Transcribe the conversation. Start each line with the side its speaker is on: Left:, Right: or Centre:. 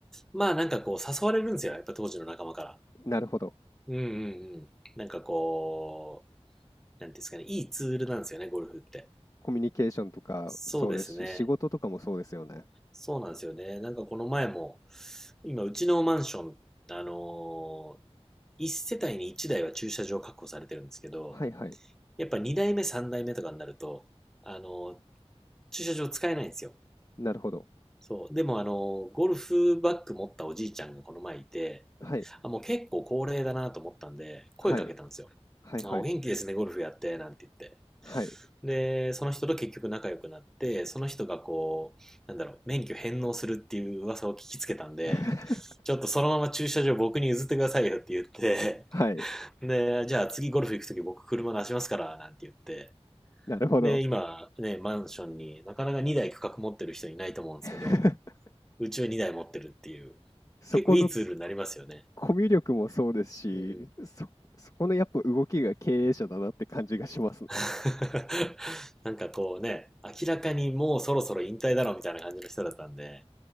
Centre: まあなんかこう誘われるんですよ。やっぱ当時の仲間から。
Left: なるほど。
Centre: うんうんうん。なんかこう、なんていうんですかね、いいツールなんですよね、ゴルフって。
Left: コミュニケーションとかそうですし、
Centre: そうですね。
Left: 仕事とかもそうですよね。
Centre: そうなんですよね。なんかこの前も、今、うちのマンション、あのー、1世帯に1台は駐車場確保されてるんですけど、
Left: はいはい。
Centre: やっぱ2台目、3台目とかになると、あのー、駐車場使えないんですよ。
Left: なるほど。
Centre: そう。でも、あのー、ゴルフバッグ持ったおじいちゃんがこの前いて、
Left: はい。
Centre: あ、もう結構高齢だなと思ったんで、声かけたんですよ。
Left: はい。はいはい。
Centre: あお元気ですね、ゴルフやって、なんて言って。
Left: はい。
Centre: で、その人と結局仲良くなって、その人がこう、なんだろう、免許返納するっていう噂を聞きつけたんで、
Left: <laughs>
Centre: ちょっとそのまま駐車場僕に譲ってくださいよって言って、
Left: はい。
Centre: で、じゃあ次ゴルフ行くとき僕車出しますから、なんて言って。
Left: なるほど。
Centre: で、今ね、マンションになかなか2台区画持ってる人いないと思うんですけど、
Left: <laughs>
Centre: うちは2台持ってるっていう、
Left: そこの
Centre: 結構いいツールになりますよね。
Left: コミュ力もそうですし、
Centre: うん。
Left: そそこのやっぱ動きが経営者だなって感じがしますね。
Centre: <laughs> なんかこうね、明らかにもうそろそろ引退だろうみたいな感じの人だったんで、